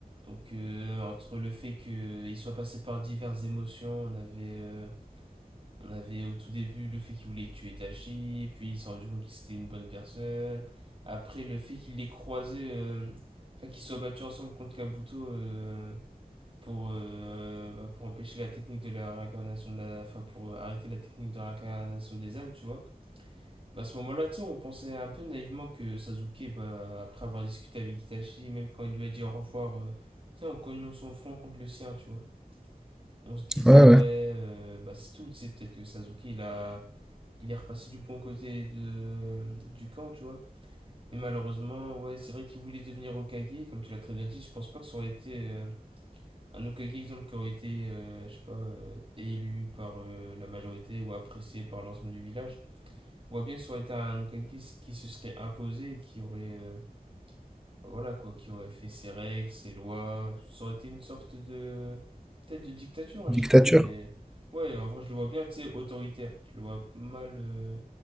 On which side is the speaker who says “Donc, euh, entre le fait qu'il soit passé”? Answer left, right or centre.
Right